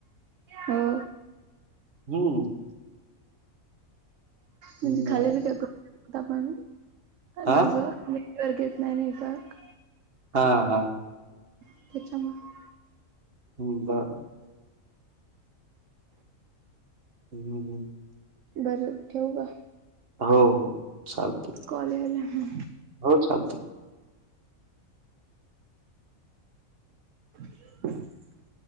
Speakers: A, on the right; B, on the right.
A: हो.
B: हम्म.
A: म्हणजे
B: हम्म.
A: खाली <unintelligible> आपण
B: हा
A: माझ नेटवर्क येत नाही नेटवर्क.
B: हा, हा.
A: त्याच्यामुळं.
B: हम्म बा हम्म हम्म.
A: बरं ठेवू का?
B: हो, हो चालतंय.
A: कॉल यायलाय
B: हो चालतंय.
A: <inaudible>